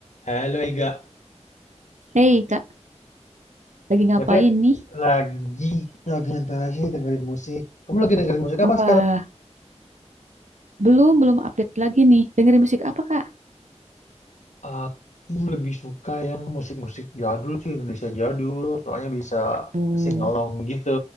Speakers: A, on the left (about 80°); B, on the right (about 85°).
A: Halo Ega,
B: Hey Kak, lagi ngapain
A: Biasanya
B: nih?
A: lagi lagi nyantai sih dengerin musik. Kamu lagi dengerin musik apa
B: Wah,
A: sekarang?
B: belum belum update lagi nih. Dengerin musik apa Kak?
A: aku lebih suka yang musik-musik jadul sih, Indonesia jadul, soalnya bisa
B: Hmm,
A: sing along gitu.